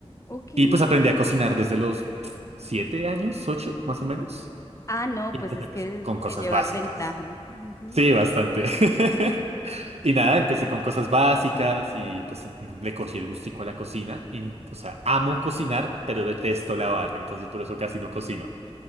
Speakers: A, on the left; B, on the right.
A: ok.
B: Y pues aprendí a cocinar desde los pff, siete años, ocho, más o menos.
A: Ah, no,
B: Y
A: pues
B: empecé
A: es que
B: pues, con
A: me
B: cosas
A: llevas
B: básicas.
A: ventaja. Ujú.
B: Sí, bastante. <laughs> Y nada, empecé con cosas básicas y pues le cogí el gustico a la cocina. Y, o sea, amo cocinar, pero detesto lavar, entonces por eso casi no cocino.